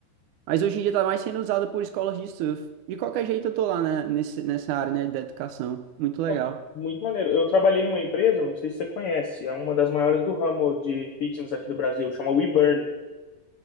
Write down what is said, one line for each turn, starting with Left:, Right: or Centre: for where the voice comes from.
Right: Mas hoje em dia está mais sendo usado por escolas de surf. De qualquer jeito eu tô lá, né? Nesse, nessa área, né? Da educação. Muito legal.
Left: Pô, muito maneiro. Eu trabalhei numa empresa, não sei se você conhece, é uma das maiores do ramo de fitness aqui do Brasil, chama WeBurn.